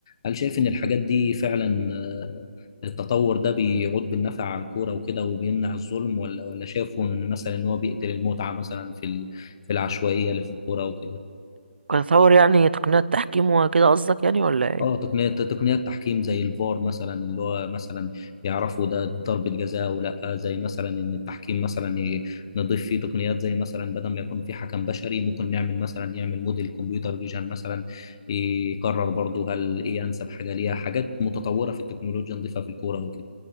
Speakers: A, on the left (about 25°); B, on the right (about 75°).
A: هل شايف إن الحاجات دي فعلا آه، التطور ده بيعود بالنفع على الكورة وكده وبيمنع الظلم ولا ولا شافوا إن مثلا إن هو بيقتل المتعة مثلا في ال- في العشوائية اللي في الكورة وكده؟
B: كتطور يعني تقنيات تحكيم وكده قصدك يعني ولا ايه
A: اه تقنية تقنيات تحكيم زي الفار مثلا اللي هو مثلا يعرفوا ده ضربة جزاء ولا زي مثلا ان التحكيم مثلا ي- نضيف فيه تقنيات زي مثلا بدل ما يكون في حكم بشري ممكن نعمل مثلا يعمل موديل كمبيوتر فيجن مثلا يقرر برضه هل ايه انسب حاجة ليها حاجات متطورة في التكنولوجيا نضيفها في الكورة وكده